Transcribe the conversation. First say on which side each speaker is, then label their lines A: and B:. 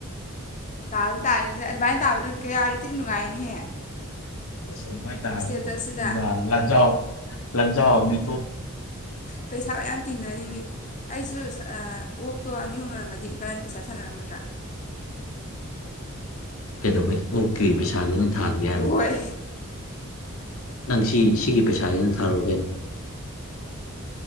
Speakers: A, on the left; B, on the left.
A: ꯇꯥꯅꯤ ꯇꯥꯅꯤꯁꯦ ꯑꯗꯨꯃꯥꯏꯅ ꯇꯥꯕ ꯅꯨꯃꯤꯠꯀ ꯌꯥꯎꯔꯗꯤ ꯊꯤ ꯅꯨꯡꯉꯥꯏꯅꯤꯍꯦ꯫
B: ꯏꯖ ꯑꯗꯨꯃꯥꯏ ꯇꯥꯔꯗꯤ
A: ꯏꯁꯇꯦꯇꯁꯁꯤꯗ
B: ꯎꯞ ꯂꯖꯥꯎ ꯂꯖꯥꯎ ꯑꯝꯅꯤ꯫
A: ꯄꯩꯁꯥ ꯃꯌꯥꯝ ꯇꯤꯡꯅꯅꯤ ꯃꯥ ꯑꯩꯁꯨꯁ ꯑꯣꯛꯇꯣ ꯑꯅꯤ ꯑꯍꯨꯝ ꯂꯣꯏꯔꯝꯃꯗꯤ ꯏꯕꯅꯤ ꯄꯩꯁꯥ ꯇꯨ ꯁꯥꯟꯅꯔꯝꯃꯗ꯭ꯔꯥ꯫
B: ꯀꯩꯗꯧꯕꯩ ꯑꯣꯀꯦ ꯄꯩꯁꯥꯗꯨꯅ ꯊꯥꯕꯤ
A: ꯍꯣꯏ
B: ꯅꯪꯁꯤ ꯁꯤꯒꯤ ꯄꯩꯁꯥꯅ ꯊꯥꯔꯛꯑꯣ ꯀꯩꯅꯣ